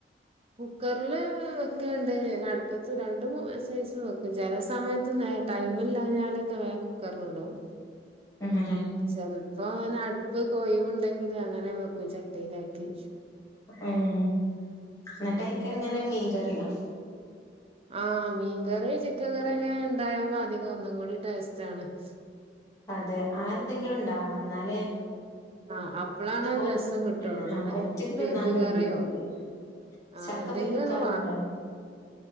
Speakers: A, on the right; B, on the left.
A: കുക്കർല് വെക്കേണ്ട് പിന്നട്പ്പത്ത് രണ്ട് സൈസും വെക്കും ചെല സമയത്ത് ടൈമില്ലാഞ്ഞാലൊക്കെ വേം കുക്കറില്ടും
B: മ്
A: ചെൽപ്പങ്ങെനെ അടുപ്പൊക്കെ ഒയ്‌വ്ണ്ടെങ്കിലങ്ങനെ വെക്കും ചട്ടിയിലാക്കി
B: ഏഹേ എങ്ങെട്ടയ്ക്കെങ്ങനെ
A: മറ്റേ
B: മീൻ കറിയോ?
A: ആഹ്, മീൻ കറി, ചിക്കൻ കറി, ക്കെ ണ്ടായമ്പോ, അധികം ഒന്നും കൂടി ടേസ്റ്റ് ആണ്. <inaudible>
B: അതെ, ആഹ് ന്തെങ്കിലും ണ്ടാവണം. ന്നാലേ?
A: ആഹ് അപ്പളാണ്
B: ഒറ്റ,
A: രസം കിട്ടുള്ളൂ
B: ആഹ്,
A: അല്ലെ
B: ഒറ്റക്ക്
A: ബീഫ്
B: തിന്നാൻ കഴിയൂല്ലത്
A: കറിയോ ആഹ്
B: ചക്ക
A: എന്തെങ്കിലും
B: പൊരിക്കാറുണ്ടോ?
A: ഒന്ന്